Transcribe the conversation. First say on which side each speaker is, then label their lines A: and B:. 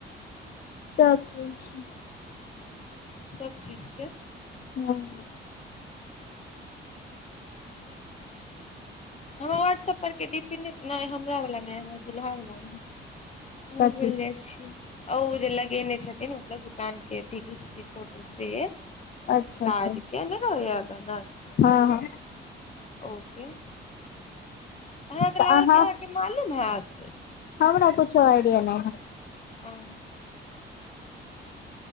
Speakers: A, on the left (about 55°); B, on the left (about 35°).
A: तब से छैय।
B: सब चीज के
A: हॅं।
B: हमर व्हाट्सऐप परके डी पी नै नैय हमरा बला नै हमर दुूल्हा वला रहय। ओहो
A: कथी
B: भुइल जाइ छी। अ‌ ओ जे लगेने छथिन मतलब दुकान के अथी घीच के फोटो से
A: अच्छा अच्छा
B: कार्ड के नैय रहैया बैनर
A: हँ हँ
B: ओ के अहांके
A: तऽ
B: लागल
A: अहाँ
B: की अहाँके मालूम हैत।
A: हमरा कुछो आइडिया नै है।
B: ओ